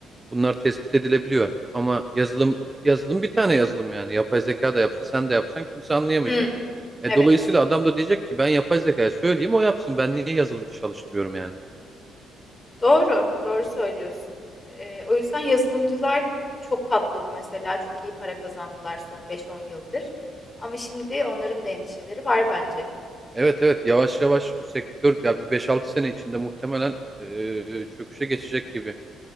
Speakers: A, on the right (about 15°); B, on the left (about 25°).
A: bunlar tespit edilebiliyor. Ama yazılım yazılım bir tane yazılım yani yapay zeka da yapsa sen de yapsan kimse anlayamayacak.
B: Hmm,
A: E,
B: evet.
A: dolayısıyla adam da diyecek ki ben yapay zekaya söyleyeyim o yapsın ben niye yazılımcı çalıştırıyorum yani.
B: Doğru, doğru söylüyorsun. Eee, o yüzden yazılımcılar çok patladı mesela. Çok iyi para kazandılar son beş on yıldır. Ama şimdi onların da endişeleri var bence.
A: Evet evet yavaş yavaş o sektör ya bir beş altı sene içinde muhtemelen e, çöküşe geçecek gibi.